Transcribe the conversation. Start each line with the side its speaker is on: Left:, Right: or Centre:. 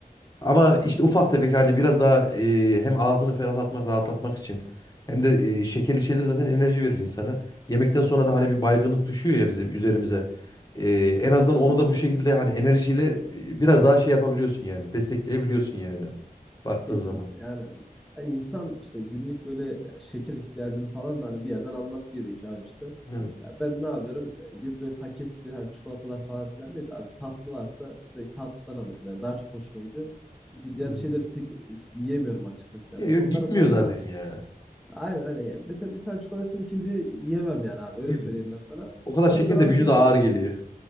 Left: Ama
Centre: Yani Tabii
Left: işte ufak
Centre: doğru.
Left: tefek hani biraz daha e, hem ağzını ferahlatmak, rahatlatmak için hem de e, şekerli şeyler zaten enerji verir insana. Yemekten sonra da hani bir baygınlık düşüyor ya bize üzerimize. E, en azından onu da bu şekilde hani enerjiyle e, biraz daha şey yapabiliyorsun yani. Destekleyebiliyorsun
Centre: <laughs> Kesin.
Left: yani. Baktığın
Centre: Kesinlikle
Left: zaman.
Centre: yani ya insan işte günlük böyle şeker ihtiyacını falan da hani bir yerden alması gerekiyor abi işte.
Left: Evet.
Centre: Ya ben ne yapıyorum? E, Gidip böyle paketli hani çikolatalar falan filan değil de abi tatlı varsa direkt tatlıdan alıyorum. Yani daha çok hoşuma gidiyor. Çünkü diğer
Left: Hı
Centre: şeyleri
Left: hı.
Centre: pek e, yiyemiyorum açıkçası yani.
Left: Ya
Centre: Mesela
Left: yok
Centre: onlar
Left: gitmiyor
Centre: da tatlı
Left: zaten
Centre: ama
Left: ya.
Centre: aynen öyle. Yani mesela bir tane çikolatasını ikinci yiyemem yani abi
Left: Yiyemez.
Centre: öyle söyleyeyim ben sana.
Left: O kadar
Centre: O
Left: şeker
Centre: yüzden abi
Left: de vücuda
Centre: şöyle
Left: ağır geliyor.